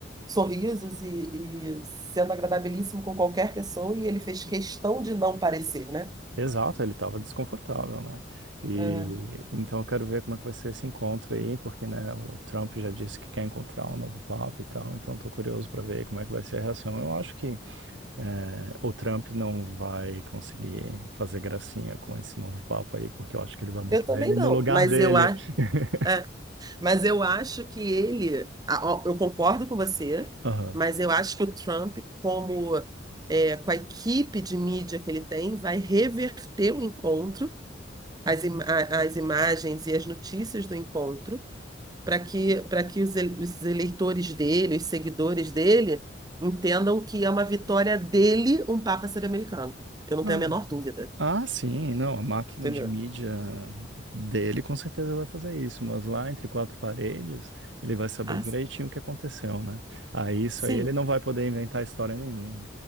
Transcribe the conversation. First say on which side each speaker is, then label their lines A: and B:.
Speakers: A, on the right; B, on the right.
A: sorrisos e, e sendo agradabilíssimo com qualquer pessoa, e ele fez questão de não parecer, né?
B: Exato, ele estava desconfortável, né? E
A: É,
B: então eu quero ver como é que vai ser esse encontro aí, porque né, o Trump já disse que quer encontrar um novo papa e tal. Então estou curioso para ver como é que vai ser a reação. Eu acho que é, o Trump não vai conseguir fazer gracinha com esse novo papa aí, porque eu acho que ele vai botar
A: eu também
B: ele no
A: não,
B: lugar
A: mas
B: dele.
A: eu, a,
B: <laughs>
A: é, mas eu acho que ele, a- ó, eu concordo com você,
B: Aham.
A: mas eu acho que o Trump, como é, com a equipe de mídia que ele tem, vai reverter o encontro, as, im- a- as imagens e as notícias do encontro para que, para que os, ele- os eleitores dele, os seguidores dele, entendam que é uma vitória dele um Papa ser americano. Eu não tenho
B: Ah,
A: a menor dúvida.
B: ah, sim, não, a máquina
A: Entendeu?
B: de mídia dele com certeza vai fazer isso, mas lá entre quatro paredes, ele vai saber
A: Ah,
B: direitinho o que aconteceu, né? Aí isso
A: sim.
B: aí ele não vai poder inventar história nenhuma.